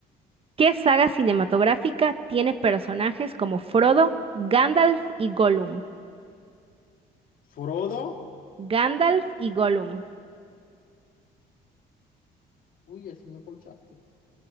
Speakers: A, on the right (about 35°); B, on the left (about 55°).
A: ¿Qué saga cinematográfica tiene personajes como Frodo, Gandalf y Gollum?
B: Frodo.
A: Gandalf y Gollum.
B: Uy, así me colchaste.